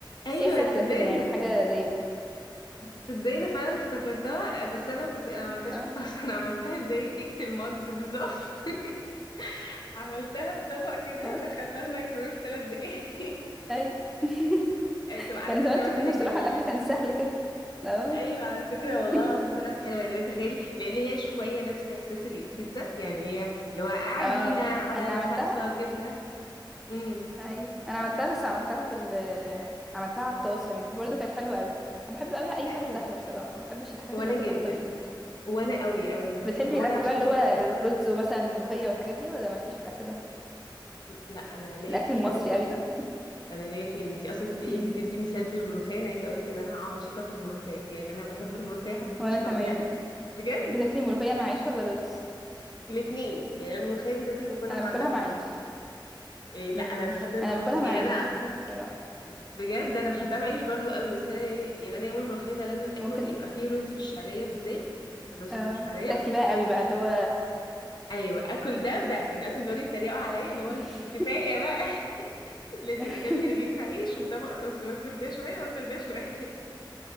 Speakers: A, on the left; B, in the centre.
A: ايوه
B: بس هي سهله
A: تصدقي
B: كده يعني حاجه زي
A: تصدقني انا فعلا افتكرتها آه، بس انا ما كنت انا ما عملتهاش
B: اه
A: في الطاسه <laughs> انا عملتها زي كيكه المج بالظبط <laughs> عملتها في طبق
B: <laughs>
A: كده
B: اه
A: ودخلتها الميكرويف ثلاث دقايق <laughs>
B: اي <laughs>
A: أي، طب على
B: كان
A: فكره
B: وقت
A: بقى
B: كنا
A: طلعت
B: بصراحة
A: جميله
B: الأكل كان سهل كده اه
A: ايوه على فكره
B: <laughs>
A: والله العظيم طلعت حلوه يعني تخيلي لان هي شويه نفس احساس البيتزا يعني هي اللي هو عجينه
B: اه
A: على
B: أنا عملتها
A: صلصه جبنه امم
B: أيوة أنا عملتها بس عملتها في ال عملتها على الطاسة يعني برضه كانت حلوة أوي أنا بحب أوي أي
A: ايوه
B: حاجة سهلة بصراحة ما بحبش الحاجات
A: وانا
B: اللي تاخد
A: جدا
B: وقت طويل
A: وانا قوي قوي بس
B: بتحبي
A: ما
B: الأكل
A: هو انا عشان
B: بقى اللي هو
A: كده
B: الرز ومثلا الملوخية والحاجات دي ولا مالكيش في الأكل ده
A: لا انا ليا
B: الأكل
A: فيه
B: المصري
A: قوي
B: أوي ده
A: انا ليا فين انتي اصلا بت... ايه
B: مم.
A: بتدي مثال بالملوخيه انا عايزه اقولك ان انا عاشقه الملوخيه يعني انا بحب الملوخيه حب
B: وأنا
A: مش طبيعي
B: كمان
A: <laughs> بجد
B: بتاكلي ملوخية مع عيش ولا رز
A: الاثنين يعني انا الملوخيه بالذات اللي باكلها
B: أنا
A: مع
B: باكلها
A: ده وده
B: مع عيش
A: إيه لا
B: مم.
A: انا بحب الملوخيه
B: أنا باكلها
A: ك- يعني
B: مع عيش
A: انا اصلا
B: بصراحة
A: بجد انا بحبها بعيش برضو قوي بس انا يعني يعني انا يوم الملوخيه ده لازم اكل
B: ممكن
A: يبقى فيه رز بالشعريه بالزيت عارفه الرز
B: اه
A: اللي بالشعريه
B: تاكلي بقى أوي بقى اللي هو
A: ايوه اكل ده وده يعني اصلا بيقعدوا يتريقوا عليا اللي هو
B: <laughs>
A: انتي كفايه بقى <laughs> لازم
B: <laughs>
A: يبقى جنبي رغيف عيش وطبق رز واكل ده شويه واكل ده شويه